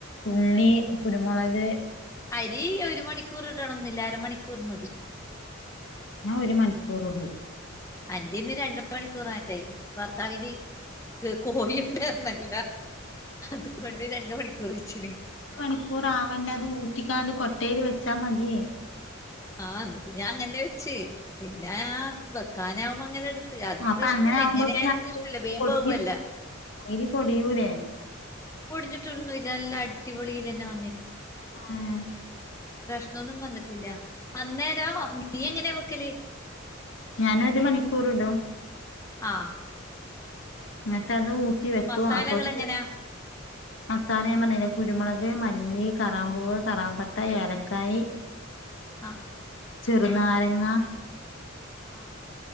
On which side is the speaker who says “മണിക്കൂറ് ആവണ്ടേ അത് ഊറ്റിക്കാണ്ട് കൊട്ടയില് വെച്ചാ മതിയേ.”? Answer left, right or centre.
Left